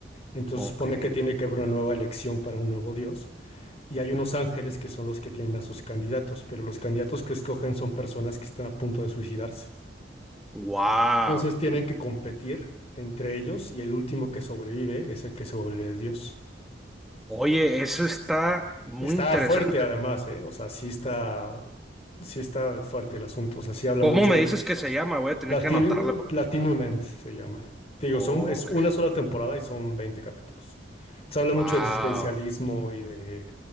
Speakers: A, on the left; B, in the centre.
A: Entonces
B: ok,
A: supone que tiene que haber una nueva elección para un nuevo dios y hay unos ángeles que son los que tienen a sus candidatos, pero los candidatos que escogen son personas que están a punto de suicidarse.
B: wow.
A: Entonces tienen que competir entre ellos y el último que sobrevive es el que se vuelve el dios.
B: Oye, eso está muy
A: Está
B: interesante.
A: fuerte además, ¿eh? O sea, sí está, sí está fuerte el asunto, o sea, sí habla
B: ¿Cómo
A: mucho.
B: me dices que se llama? Voy a tener
A: Platin-
B: que anotarla. porque-
A: Platinum End se llama. Te digo,
B: Ok,
A: son, es una sola temporada y son 20 capítulos. Se habla
B: wow,
A: mucho de existencialismo y de